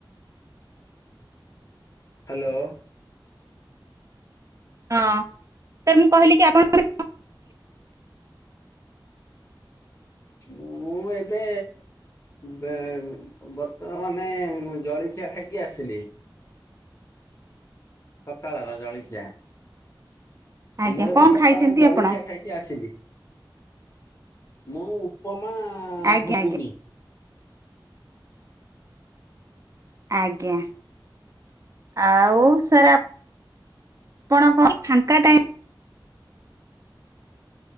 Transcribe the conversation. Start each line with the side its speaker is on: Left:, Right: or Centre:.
Left: ହ୍ୟାଲୋ।
Right: ହଁ ସାର୍ ମୁଁ କହିଲି କି ଆପଣ ଏବେ
Left: ମୁଁ ଏବେ ବେ ବର୍ତ୍ତମାନେ ଜଳି ଖିଆ ଖାଇକି ଆସିଲି। ସକାଳର ଜଳଖିଆ। ହଁ
Right: ଆଜ୍ଞା
Left: ମୁଁ ଏବେ
Right: କଣ
Left: ସକାଳର
Right: ଖାଇଛନ୍ତି
Left: ଜଳଖିଆ
Right: ଆପଣ
Left: ଖାଇି କି ଆସିଲି ମୁଁ ଉପମା
Right: ଆଜ୍ଞା
Left: ଘୁଗୁନି।
Right: ଆଜ୍ଞା ଆଜ୍ଞା। ଆଉ ସାର୍ ଆପଣ କଣ କି ଫାଙ୍କା ଟାଇମ୍